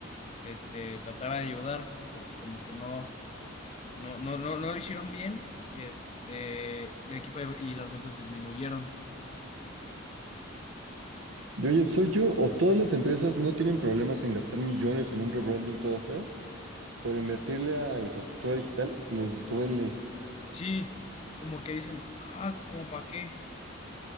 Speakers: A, on the left; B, on the right.
A: este, trataba de ayudar, pero pues como que no. No, no, no, no lo hicieron bien y este, y el equipo de- y las ventas disminuyeron.
B: Yo, yo- soy yo o todas las empresas no tienen problemas en gastar millones en un rebranding todo feo, pero invertirle a infraestructura digital les duele.
A: Sí, como que dicen, ah, como para qué,